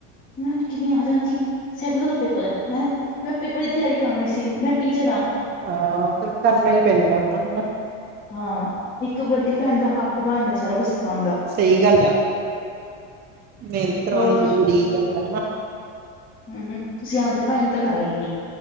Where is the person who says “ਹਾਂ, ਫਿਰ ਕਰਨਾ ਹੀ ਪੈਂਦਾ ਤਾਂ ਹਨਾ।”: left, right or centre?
Right